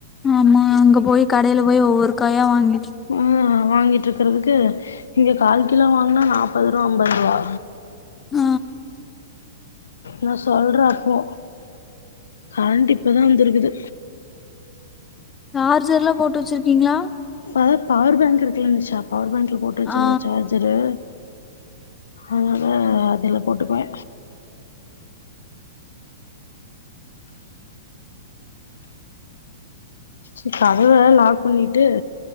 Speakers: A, on the left; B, on the left.
A: ஆமா அங்க போயி கடைல போயி ஒவ்வொரு காயா வாங்கி
B: ஆ வாங்கிட்ருக்கறதுக்கு இங்க கால் கிலோ வாங்னா நாப்பது ருவா அம்பது ருவா
A: ஆ
B: நா சொல்ற அப்போ கரண்ட் இப்பதா வந்துருக்குது
A: சார்ஜர் எல்லா போட்டு வச்சிருக்கிங்ளா
B: அதா பவர் பேங்க் இருக்குல்ல நிஷா பவர் பாங்க்ல போட்டு வச்சுருவ
A: ஆ
B: சார்ஜரு அதனால அதுல போட்டுக்குவே சி கதவ வேற லாக் பண்ணிருக் ட்டு